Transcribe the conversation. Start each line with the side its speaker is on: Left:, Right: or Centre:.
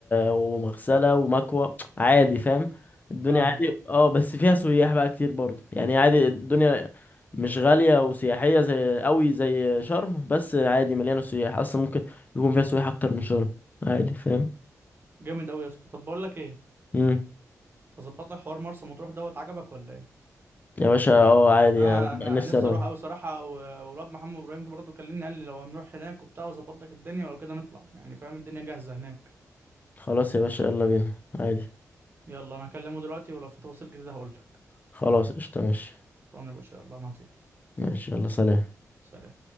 Left: ومغسله ومكوى عادي فاهم الدنيا
Right: فاهمك
Left: عادي
Right: اه
Left: اه بس فيها سياح بقى كتير برضه يعني عادي الدنيا مش غاليه وسياحيه زي قوي زي شرم بس عادي مليانه سياح اصلا ممكن يكون فيها سياح اكتر من شرم عادي فاهم
Right: جامد قوي يا اسطى طب بقول لك ايه
Left: امم
Right: اظبط لك حوار مرسى مطروح دوت عجبك ولا ايه
Left: يا باشا اه عادي
Right: انا
Left: انا
Right: انا
Left: نفسي
Right: أنا نفسي
Left: اروح
Right: اروح قوي صراحه و- والواد محمد ابراهيم برضه كلمني قال لي لو هنروح هناك وبتاع واظبط لك الدنيا ولو كده نطلع يعني فاهم الدنيا جاهزه هناك
Left: خلاص يا باشا يلا بينا عادي
Right: يلا انا هكلمه دلوقتي ولو في تفاصيل جديدة هقولك
Left: خلاص قشطه ماشي
Right: طبعا يا باشا يلا انا هطير
Left: ماشي يلا سلام
Right: سلام